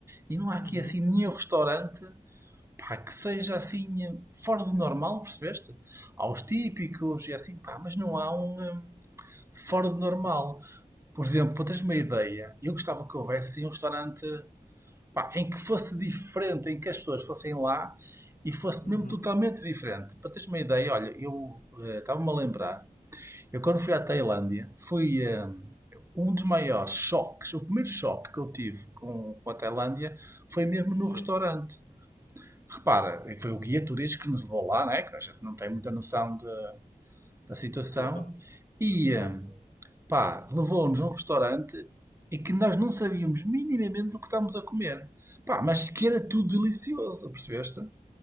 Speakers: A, on the right; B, on the left.
A: e não há
B: Uhum.
A: aqui assim nenhum restaurante pá, que seja assim eh, fora do normal, percebeste? Há os típicos e assim, pá, mas não há um eh,
B: Ok.
A: fora do normal.
B: Tu...
A: Por exemplo, para teres uma ideia, eu gostava que houvesse assim um restaurante, pá, em que fosse diferente, em que as pessoas fossem lá e fosse
B: Uhum.
A: mesmo totalmente diferente. Para teres uma ideia, olha, eu eh, estava-me a lembrar, eu quando fui à Tailândia, fui eh, um dos maiores choques, o primeiro choque que eu tive com, com a Tailândia foi mesmo
B: Sim.
A: no restaurante repara, e foi o guia turístico que nos levou lá, né? que a gente não tem muita noção de, da situação,
B: Claro,
A: e
B: claro.
A: hum, pá, levou-nos a um restaurante e que nós não sabíamos minimamente o que estávamos a comer. Pá, mas que era tudo delicioso, percebeste?